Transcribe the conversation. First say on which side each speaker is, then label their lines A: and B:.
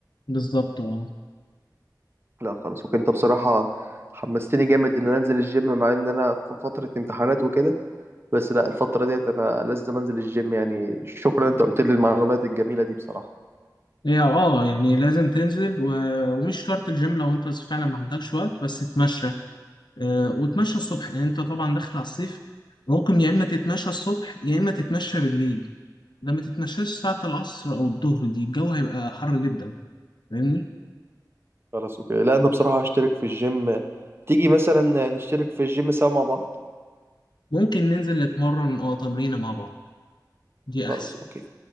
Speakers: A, on the left; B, on the right.
A: بالظبط اه
B: لا خلاص وكنت بصراحه حمستني جامد ان انا انزل الجيم مع ان انا في فتره امتحانات وكده بس لا الفتره ديت انا لازم انزل الجيم يعني شكرا انت قلت لي المعلومات الجميله دي بصراحه
A: هي اه يعني لازم تنزل و... ومش شرط الجيم لو انت فعلا ما عندكش وقت بس تتمشى آه وتمشى الصبح لان انت طبعا داخل على الصيف ممكن يا اما تتمشى الصبح يا اما تتمشى بالليل ده ما تتنساش ساعة العصر أو الظهر دي الجو هيبقى حر جدا فاهمني
B: خلاص اوكي لا انا بصراحة هشترك في الجيم تيجي مثلا نشترك في الجيم سوا مع بعض
A: ممكن ننزل نتمرن اه تمرينة مع بعض دي أحسن
B: خلاص اوكي